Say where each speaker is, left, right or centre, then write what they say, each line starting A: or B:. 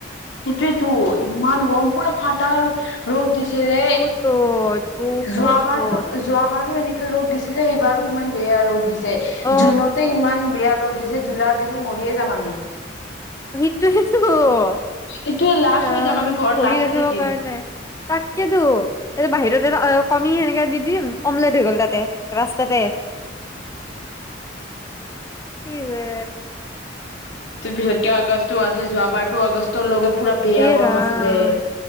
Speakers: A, on the left; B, on the left.
A: সেইটোয়েতো ইমান গম পোৰা ফাটাৰ ৰ'দ দিছে যে
B: বহুত ৰ'দ বহুত
A: যোৱাবাৰতো
B: ৰ'দ
A: যোৱাৰ সেই বাৰো এনেকে ৰ'দ দিছিলে এইবাৰো ইমান বেয়া ৰ'দ দিছি
B: অ
A: জুনতে ইমান বেয়া ৰ'দ দিছে জুলাইত দেখোন মৰিয়ে যাম আমি
B: <unintelligible> <unintelligible> অ
A: এইটোয়ে লাষ্ট
B: ভৰি
A: হৈ যাম আমি ঘৰত লাষ্ট
B: ৰাখিব
A: হৈ থাকিম।
B: কাৰনে তাকেতো এই বাহিৰত এ কমি সেনেকে দি দিম অমলেট হৈ গ'ল তাতে ৰাস্তাতে কি বে
A: এতিয়া যিহেতু আগষ্টো আছে যোৱাবাৰতো আগষ্টৰ লগত পুৰা বেয়া
B: এ
A: গৰম
B: ৰাম
A: আছিলে